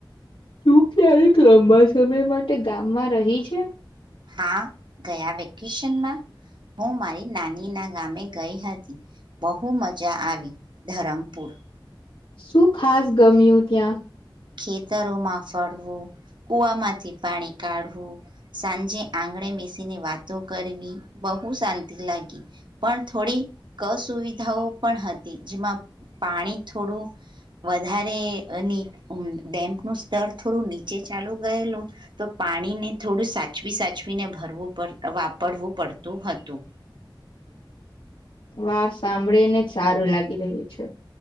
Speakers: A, on the left (about 80°); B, on the right (about 65°).
A: તું ક્યારેક લાંબા સમય માટે ગામમાં રહી છે?
B: હા ગયા વેકેશનમાં હું મારી નાની ના ગામે ગઈ હતી બહુ મજા આવી. ધરમપુર
A: શું ખાસ ગમ્યું ત્યાં?
B: ખેતરોમાં ફરવું, કુવામાંથી પાણી કાઢવું, સાંજે આંગણે બેસીને વાતો કરવી બહુ શાંતિ લાગી. પણ થોડી કસુવિધાઓ પણ હતી, જેમાં પાણી થોડું વધારેની ડેમનું સ્તર થોડું નીચે ચાલુ ગયેલું તો પાણીને થોડું સાચવી સાચવીને ભરવું પડ વાપરવું પડતું હતું.
A: વાહ સાંભળી ને જ સારું લાગી રહ્યું છે.